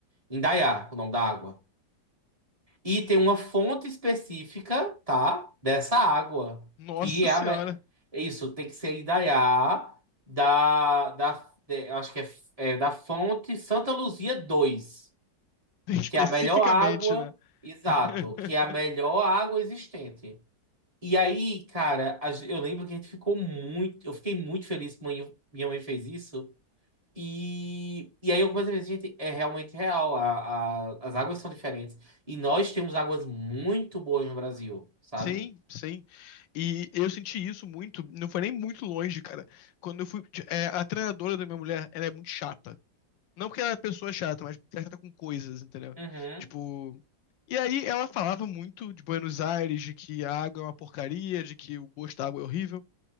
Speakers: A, on the right; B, on the left.
A: Indaiá, o nome da água. E tem uma fonte específica, tá? Dessa água.
B: Nossa
A: Que é
B: senhora.
A: a. ma- é Isso, tem que ser Indaiá, da, da, de- eu acho que é, é da fonte Santa Luzia dois
B: <laughs> Especificamente,
A: que é a melhor água,
B: né?
A: exato,
B: <laughs>
A: que é a melhor água existente. E aí, cara, a gen- eu lembro que a gente ficou muito. Eu fiquei muito feliz que minha minha mãe fez isso. E, e aí eu comecei a ver, gente, é realmente real. A, a- as águas são diferentes. E nós temos águas muito boas no Brasil, sabe?
B: Sim, sim. E eu senti isso muito, não foi nem muito longe, cara. Quando eu fui. é, a treinadora da minha mulher, ela é muito chata. Não porque ela é pessoa chata, mas porque ela é chata com coisas, entendeu?
A: Uhum,
B: Tipo. E aí ela falava muito de Buenos Aires, de que a água é uma porcaria, de que o gosto da água é horrível.